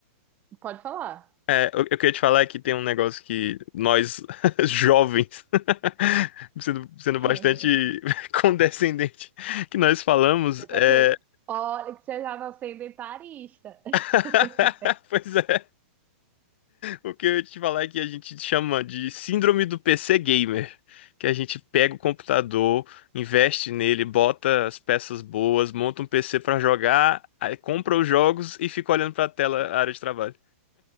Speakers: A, on the right; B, on the left.
A: Pode falar.
B: É, eu, eu queria te falar que tem um negócio que nós, <laughs> jovens, <laughs> sendo, sendo
A: <laughs>
B: bastante <laughs> condescendente, que nós falamos,
A: Você tá
B: é...
A: sendo. Olha, que você já tá sendo etarista. <laughs>
B: <laughs> Pois é, o que eu ia te falar é que a gente chama de síndrome do PC gamer, que a gente pega o computador, investe nele, bota as peças boas, monta um PC pra jogar, aí compra os jogos e fica olhando pra tela, a área de trabalho.